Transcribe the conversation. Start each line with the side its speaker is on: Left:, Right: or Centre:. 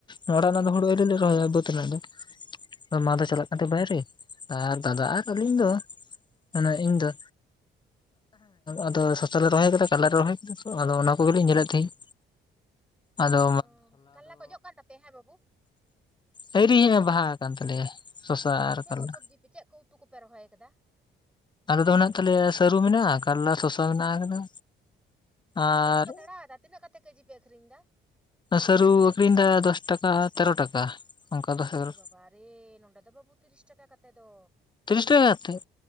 Left: ᱱᱚᱲᱟᱜ ᱨᱮᱱᱟᱜ
Centre: ᱦᱩᱸ
Left: ᱫᱚ ᱦᱩᱲᱩ ᱟᱹᱣᱨᱤ ᱞᱮ ᱨᱚᱦᱚᱭᱟ ᱵᱟᱹᱫᱽ ᱛᱮᱱᱟᱜ ᱫᱚ, ᱢᱟ ᱫᱚ ᱪᱟᱞᱟᱜ ᱠᱟᱱ ᱛᱟᱦᱮᱸ ᱵᱟᱭᱨᱮ, ᱟᱨ ᱫᱟᱫᱟ ᱟᱨ ᱟᱹᱞᱤᱧ ᱫᱚ ᱢᱟᱱᱮ ᱤᱧ ᱫᱚ ᱟᱫᱚ ᱥᱚᱥᱟ ᱞᱮ ᱨᱚᱦᱚᱭ ᱟᱠᱟᱫᱟ, ᱠᱟᱞᱞᱟ ᱨᱮ ᱨᱚᱦᱚᱭ ᱟᱠᱟᱫᱟ ᱛᱚ, ᱟᱫᱚ ᱚᱱᱟ ᱠᱚᱜᱮᱞᱤᱧ ᱧᱮᱞᱮᱫ ᱛᱟᱦᱮᱸᱫ᱾ ᱟᱫᱚ
Centre: ᱚ, ᱠᱟᱞᱞᱟ ᱠᱚ ᱡᱚᱜ ᱠᱟᱱ ᱛᱟᱯᱮᱭᱟ, ᱦᱮᱸ ᱵᱟᱹᱵᱩ?
Left: ᱟᱭᱨᱤ ᱦᱮᱜ-ᱮ ᱵᱟᱦᱟ ᱟᱠᱟᱱ ᱛᱟᱞᱮᱭᱟ᱾ ᱥᱚᱥᱟ
Centre: ᱚ,
Left: ᱟᱨ
Centre: ᱪᱮᱫ
Left: ᱠᱟᱞᱞᱟ
Centre: ᱠᱚ ᱥᱚᱵᱽᱡᱤ ᱯᱮ ᱪᱮᱫ ᱠᱚ ᱩᱛᱩ ᱠᱚᱯᱮ ᱨᱚᱦᱚᱭ ᱟᱠᱟᱫᱟ?
Left: ᱟᱞᱮ ᱫᱚ ᱢᱮᱱᱟᱜ ᱛᱟᱞᱮᱭᱟ ᱥᱟᱹᱨᱩ ᱢᱮᱱᱟᱜᱼᱟ, ᱠᱟᱞᱞᱟ ᱥᱚᱥᱟ ᱢᱮᱱᱟᱜ ᱟᱠᱟᱫᱟ᱾ ᱟᱨ
Centre: ᱥᱟᱹᱨᱩ ᱯᱮ ᱛᱟᱲᱟᱣ ᱮᱫᱟ, ᱛᱤᱱᱟᱹᱜ ᱠᱟᱛᱮ ᱠᱮᱡᱤ ᱯᱮ ᱟᱹᱠᱷᱨᱤᱧ ᱮᱫᱟ?
Left: ᱥᱟᱹᱨ ᱟᱹᱠᱷᱤᱧ ᱫᱟ ᱫᱚᱥ ᱴᱟᱠᱟ ᱟᱨ ᱛᱮᱨᱚ ᱴᱟᱠᱟ᱾ ᱚᱱᱠᱟ ᱫᱚᱥ ᱮᱜᱟᱨᱚ
Centre: ᱮ ᱵᱟᱵᱟᱨᱮ! ᱱᱚᱰᱮ ᱫᱚ ᱵᱟᱹᱵᱩ ᱛᱤᱨᱤᱥ ᱴᱟᱠᱟ ᱠᱟᱛᱮ ᱫᱚ᱾
Left: ᱛᱤᱨᱤᱥ ᱴᱟᱠᱟ ᱠᱟᱛᱮᱫ